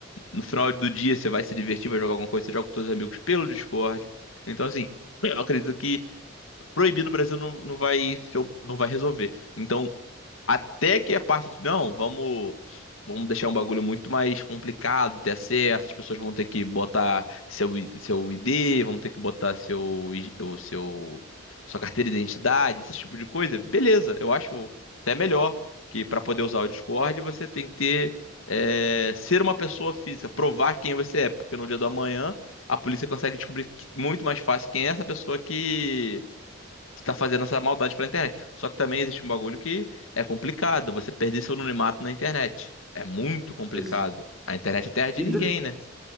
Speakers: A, on the left; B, in the centre.
A: No final do dia você vai se divertir, vai jogar alguma coisa, você joga com seus amigos pelo Discord. Então, assim, eu acredito que proibir no Brasil não, não vai ser o- não vai resolver. Então, até que a parte de não, vamos vamos deixar um bagulho muito mais complicado de acesso, as pessoas vão ter que botar seu I- seu ID, vão ter que botar seu I- o seu sua carteira de identidade, esse tipo de coisa. Beleza, eu acho até melhor que para poder usar o Discord você tem que ter é, ser uma pessoa física, provar quem você é, porque no dia do amanhã a polícia consegue descobrir que- muito mais fácil quem é essa pessoa que você tá fazendo essa maldade pela internet. Só que também existe um bagulho que é complicado. Você perder seu anonimato na internet. É muito complicado.
B: Isso.
A: A internet é terra de
B: E,
A: ninguém,
B: de-
A: né?